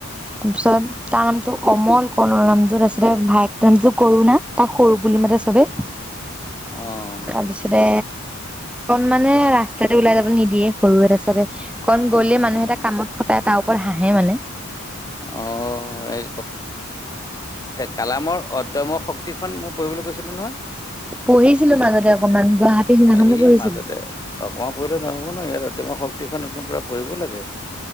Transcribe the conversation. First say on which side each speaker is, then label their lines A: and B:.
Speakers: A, in the centre; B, on the left.
A: তাৰ পিছত। তাৰ নামটো কমল, কৰ্ণল নামটো আে ভায়েক ত নামটো কৰুণা, তাক সৰু বুলি মাতে চবে।
B: অ
A: তাৰ পিছতে কন মানে ৰাস্তাতে ওলাই যাব নিদিয়ে সৰু তাপিচতে। কন গ'লে
B: অ'
A: মানুহ তাক কামত খটাই তাৰ ওপৰত হাঁহে মানে।
B: অ <unintelligible> অই কালামৰ অদ্যম শক্তিখন মই পঢ়িবলৈ কৈছিলো নহয়।
A: পঢ়িছিলো মাজতে অকমান গুৱাহাটীৰ সিনাখনো
B: এই
A: পঢ়িছিলো।
B: মাজতে অকমান পঢ়িলে নহ'ব ন ইয়াৰ অদ্যমা শক্তিখন এখন পোৰা, পঢ়িব লাগে